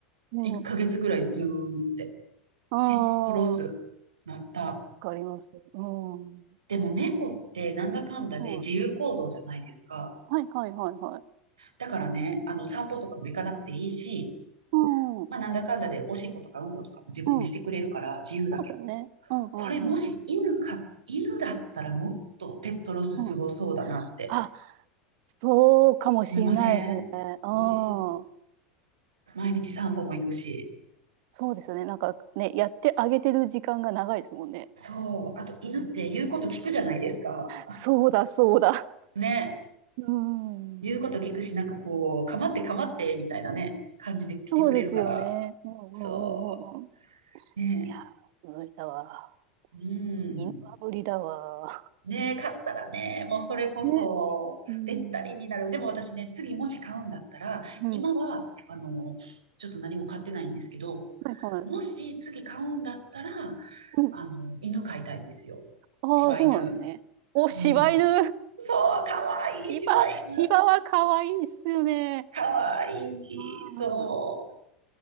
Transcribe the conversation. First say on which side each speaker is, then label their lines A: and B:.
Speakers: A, on the right (about 55°); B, on the right (about 75°).
A: うん
B: 1ヶ月ぐらいずーんって、
A: ああーわ
B: ペットロスなった。
A: かりますうん
B: でも猫ってなんだかんだで自由行動じゃないですか。
A: うんはいはいはいはい
B: だからね、あの散歩とかも行かなくていいし、
A: うんうん
B: まあなんだかんだでおしっことかうんことかも自分でしてくれるから自由だけど、
A: そうですよねうんうんうん
B: これもし犬か、犬だったらもっとペットロスすごそうだなって
A: うんうんあそうかもしれないですね。
B: 思いませんうん。
A: うん。
B: 毎日散歩も行くし。
A: そうですね。なんかね、やってあげてる時間が長いですもんね。
B: そう。あと、犬って言うこと聞くじゃないですか。
A: うんそうだ、そうだ。
B: ね。
A: うん。
B: 言うこと聞くし、なんかこう、かまってかまって、みたいなね、感じで来てくれるから。
A: そうですよね。うんうんうんうんい
B: そう。ね。
A: やー、無理だわ。
B: うん。
A: 犬は無理だわ。
B: ね、買ったらね、もうそれこそ、
A: ね。うん。
B: べったりになる。でも私ね、次もし買うんだったら、
A: うん。
B: 今は、あの、ちょっと何も買ってないんですけど、
A: はいはい。
B: もし次買うんだったら、
A: うん。
B: あの、犬飼いたいんですよ。
A: ああ、
B: 柴犬。
A: そうなのね。お、柴犬。
B: うん。そう、かわいい柴犬。
A: 柴、柴は可愛いっすよね。
B: かわい
A: う
B: い。そ
A: ん。